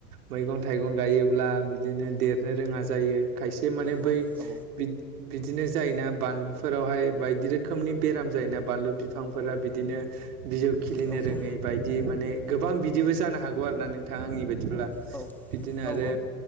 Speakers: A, on the right; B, in the centre.
A: मैगं थाइगं गायोब्ला बिदिनो देरनो रोङा जायो। खायसे माने
B: औ
A: बै
B: औ
A: बिद-बिदिनो जायोना बानलुफोरावहाय बायदि रो खोमनि बेराम जायोना बानलु बिफांफोरा बिदिनो बिजौ खिलिनो
B: औ
A: रोङै बायदि माने गोबां बिदिबो जानो हागौ आरो ना नोंथां आंनि बायदिब्ला
B: औ
A: बिदिनो आरो
B: औ